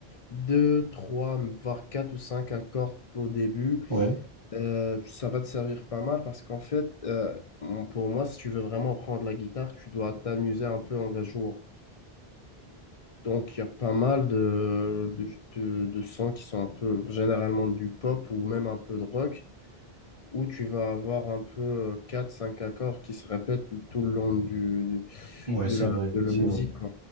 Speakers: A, on the left (about 50°); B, on the left (about 30°).
A: deux, trois, voire quatre ou cinq accords au début,
B: Ouais,
A: euh, ça va te servir pas mal parce qu'en fait, euh, on- pour moi, si tu veux vraiment apprendre la guitare, tu dois t'amuser un peu en la jouant. Donc, il y a pas mal de, de, de, de sons qui sont un peu généralement du pop ou même un peu de rock où tu vas avoir un peu euh, quatre cinq accords qui se répètent tout le long du,
B: ouais,
A: de
B: c'est
A: la,
B: vrai,
A: de la
B: c'est
A: musique,
B: vrai.
A: quoi.